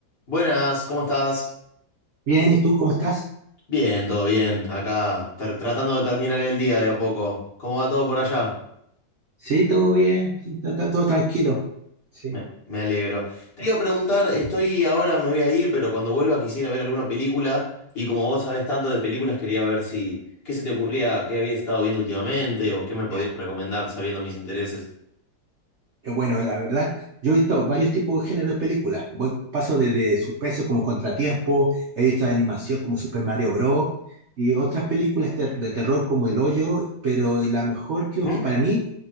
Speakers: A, on the left; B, on the right.
A: Buenas, ¿cómo estás?
B: Bien, ¿y tú cómo estás?
A: Bien, todo bien. Acá, tra- tratando de terminar el día de a poco. ¿Cómo va todo por allá?
B: Sí, todo bien, sí, está- está todo tranquilo. Sí,
A: Me, me alegro. Te iba a preguntar, estoy ahora, me voy a ir, pero cuando vuelva quisiera ver alguna película. Y como vos sabés tanto de películas, quería ver si, ¿qué se te ocurría, qué había estado viendo últimamente o qué me podías
B: ya.
A: recomendar sabiendo mis intereses?
B: Eh, Bueno, la verdad, yo he visto varios tipos de género de películas. Voy, paso desde suspenso como Contratiempo, he visto de animación como Super Mario Bros. y otras películas ter- de terror como El Hoyo, pero la mejor creo
A: ¿Mm?
B: que para mí